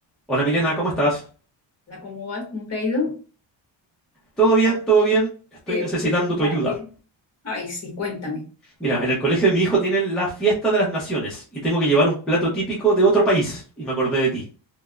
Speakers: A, in the centre; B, on the left.
A: Hola Milena, ¿cómo estás?
B: Hola, ¿Cómo vas? ¿Cómo te ha ido?
A: ¿Todo bien?
B: ¿Cómo
A: ¿Todo bien? Estoy
B: te
A: necesitando
B: fue el día
A: tu ayuda.
B: ayer? Ay, sí, cuéntame.
A: Mira, en el colegio de mi hijo tienen la fiesta de las naciones y tengo que llevar un plato típico de otro país y me acordé de ti.